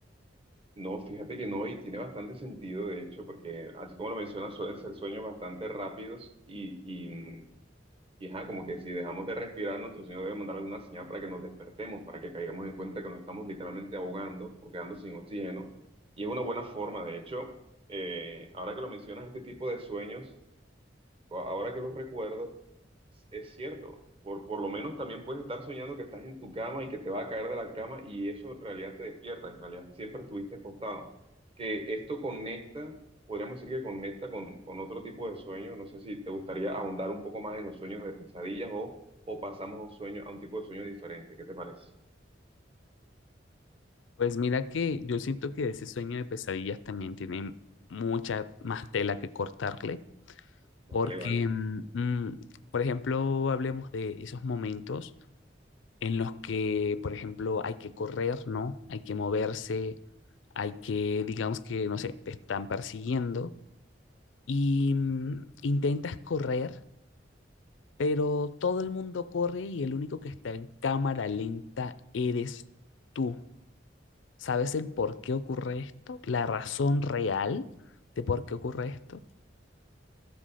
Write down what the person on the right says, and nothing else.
No, fíjate que no, y tiene bastante sentido, de hecho, porque así como lo mencionas, suelen ser sueños bastante rápidos y, y, mm, Y ajá, como que si dejamos de respirar, nuestro Señor debe mandar alguna señal para que nos despertemos, para que caigamos en cuenta que nos estamos literalmente ahogando o quedando sin oxígeno. Y es una buena forma, de hecho, eh, ahora que lo mencionas, este tipo de sueños, co- ahora que los recuerdo, es cierto, por, por lo menos también puedes estar soñando que estás en tu cama y que te va a caer de la cama y eso en realidad te despierta, en realidad siempre estuviste acostado. Que esto conecta, podríamos decir que conecta con, con otro tipo de sueño, no sé si te gustaría ahondar un poco más en los sueños de pesadillas o, o pasamos a un sueño, a un tipo de sueño diferente, ¿qué te parece?
Vale,
vale.